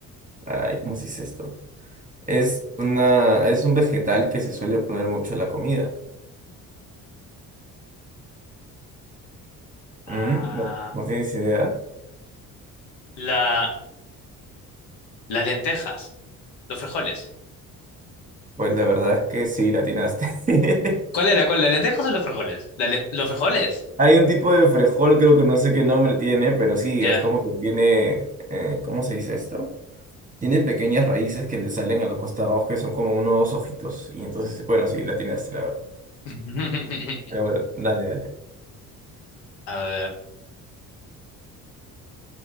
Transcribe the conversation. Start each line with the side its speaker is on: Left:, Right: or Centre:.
Right: Ay, ¿cómo se dice esto? Es una... Es un vegetal que se suele poner mucho en la comida.
Left: ah,
Right: ¿Mm? ¿No, no tienes idea?
Left: la, las lentejas, los frijoles.
Right: Pues la verdad es que sí, la atinaste. <laughs>
Left: ¿Cuál era? ¿Cuál? ¿Las lentejas o los frijoles? La len- ¿Los frijoles?
Right: Hay un tipo de frejol, creo que no sé qué nombre tiene, pero sí,
Left: Ya.
Right: es como que tiene, eh, ¿cómo se dice esto? Tiene pequeñas raíces que le salen a los costados, que son como unos dos ojitos. Y entonces, bueno, sí, la atinaste, la verdad.
Left: <laughs>
Right: Pero bueno, dale, dale.
Left: A ver,